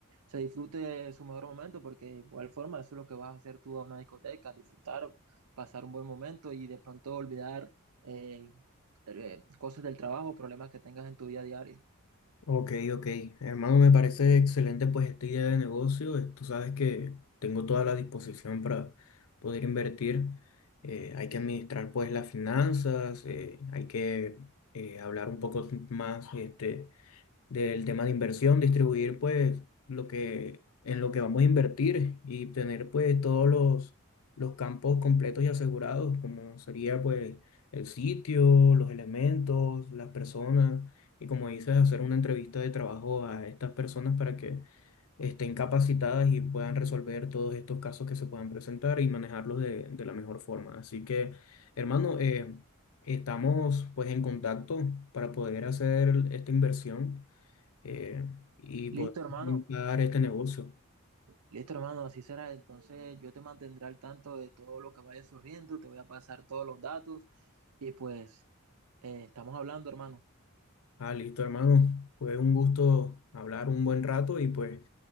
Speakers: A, on the right (about 90°); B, on the left (about 70°).
A: se disfrute de su mejor momento, porque de igual forma eso es lo que vas a hacer tú a una discoteca, disfrutar, pasar un buen momento y de pronto olvidar eh, eh, cosas del trabajo, problemas que tengas en tu vida diaria.
B: Ok, ok. Hermano, me parece excelente pues esta idea de negocio. Eh, Tú sabes que tengo toda la disposición para poder invertir. Eh, hay que administrar pues las finanzas, eh, hay que eh, hablar un poco t- más este, del tema de inversión, distribuir pues lo que en lo que vamos a invertir y tener pues todos los, los campos completos y asegurados, como sería pues el sitio, los elementos, las personas y como dices, hacer una entrevista de trabajo a estas personas para que estén capacitadas y puedan resolver todos estos casos que se puedan presentar y manejarlos de, de la mejor forma. Así que, hermano, eh, estamos pues en contacto para poder hacer esta inversión eh, y poder
A: Listo, hermano.
B: montar este
A: Yo,
B: negocio.
A: listo, hermano, así será. Entonces yo te mantendré al tanto de todo lo que vaya surgiendo, te voy a pasar todos los datos y pues eh, estamos hablando, hermano.
B: Ah, listo, hermano. Fue un gusto hablar un buen rato y pues